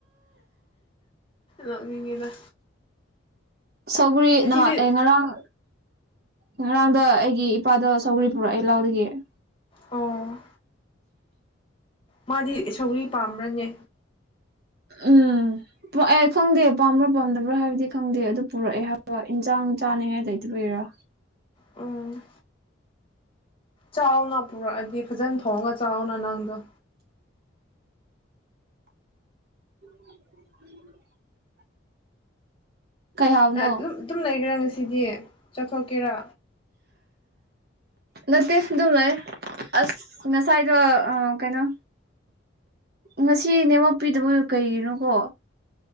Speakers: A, on the left; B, on the right.
A: ꯅꯣꯛꯅꯤꯡꯉꯤꯗ
B: ꯁꯧꯒꯔꯤ
A: ꯉꯁꯤꯗꯤ
B: ꯅꯍꯥꯛ ꯑꯦ ꯉꯔꯥꯡ ꯉꯔꯥꯡꯗ ꯑꯩꯒꯤ ꯏꯄꯥꯗ ꯁꯧꯒꯔꯤ ꯄꯨꯔꯛꯑꯦ ꯂꯥꯎꯗꯒꯤ <inaudible>
A: ꯑꯣ ꯃꯥꯗꯤ ꯁꯧꯒꯔꯤ ꯄꯥꯝꯕ꯭ꯔꯅꯦ
B: ꯎꯝ ꯑꯦ ꯈꯪꯗꯦ ꯄꯥꯝꯕ꯭ꯔꯥ ꯄꯥꯝꯗꯕ꯭ꯔꯥ ꯍꯥꯏꯕꯗꯤ ꯈꯪꯗꯦ ꯑꯗꯨ ꯄꯨꯔꯛꯑꯦ ꯍꯥꯏꯕꯔꯣ ꯏꯟꯁꯥꯡ ꯆꯥꯅꯤꯡꯉꯥꯏ ꯂꯩꯇꯕꯩꯏꯔ
A: ꯎꯝ ꯆꯥꯎꯅ ꯄꯨꯔꯛꯑꯗꯤ ꯐꯖꯅ ꯊꯣꯡꯉꯒ ꯆꯥꯎꯅ ꯅꯪꯗꯣ
B: <inaudible> ꯀꯩ ꯍꯥꯏꯕꯅꯣ
A: ꯑꯗꯨꯝ ꯑꯗꯨꯝ ꯂꯩꯒꯦꯔ ꯉꯁꯤꯗꯤ ꯆꯠꯊꯣꯛꯀꯦꯔꯥ
B: ꯅꯠꯇꯦ ꯑꯗꯨꯝ ꯂꯩ ꯑꯁ ꯉꯁꯥꯏꯗꯣ ꯑꯥ ꯀꯩꯅꯣ ꯉꯁꯤ ꯅꯦꯠꯋꯥꯛ ꯄꯤꯗꯕꯒꯤꯔ ꯀꯩꯒꯤꯅꯣꯀꯣ